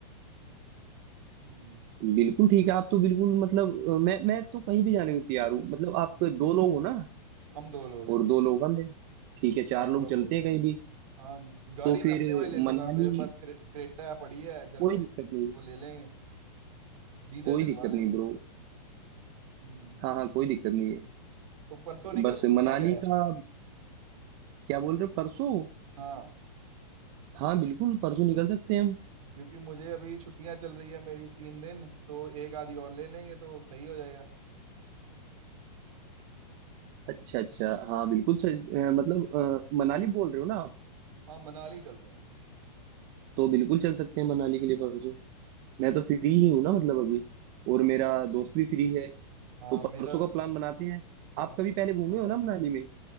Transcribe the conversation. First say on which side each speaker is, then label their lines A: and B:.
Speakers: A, on the right; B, on the right.
A: हम्म
B: बिल्कुल ठीक है आप तो बिल्कुल मतलब अ, मैं मैं तो कहीं भी जाने को तैयार हूँ मतलब आप दो लोग हो ना
A: हम दो लोग हैं
B: और दो लोग हम हैं ठीक है
A: चार
B: चार लोग
A: लोग
B: चलते
A: हो गए।
B: हैं कहीं भी
A: हाँ गाड़ी
B: तो फिर
A: मैं अपने वाली ले लूंगा
B: मनाली
A: मेरे पास क्रे, क्रेटा पड़ी है घर
B: कोई
A: पे
B: दिक्कत नहीं
A: वो ले लेंगे डीजल
B: कोई
A: डलवा
B: दिक्कत नहीं
A: लेंगे
B: ब्रो
A: हम्म
B: हाँ हाँ कोई दिक्कत नहीं
A: तो परसों निकल
B: बस
A: सकते
B: मनाली
A: हैं क्या
B: का क्या बोल रहे हो परसों
A: हाँ
B: हाँ बिल्कुल परसों निकल सकते हैं हम
A: क्योंकि मुझे अभी छुट्टियां चल रही है मेरी तीन दिन तो एक आधी और ले लेंगे तो सही हो जाएगा
B: अच्छा अच्छा हाँ बिल्कुल सही अ, मतलब अ, मनाली बोल रहे हो ना आप
A: हाँ मनाली चलते हैं
B: तो बिल्कुल चल सकते हैं मनाली के लिए परसों
A: ठीक
B: मैं तो फ्री ही हूँ ना मतलब अभी और मेरा दोस्त भी फ्री है
A: हाँ
B: तो
A: मेरा
B: परसों का प्लान बनाते हैं
A: परसों
B: आप कभी पहले घूमे हो ना मनाली में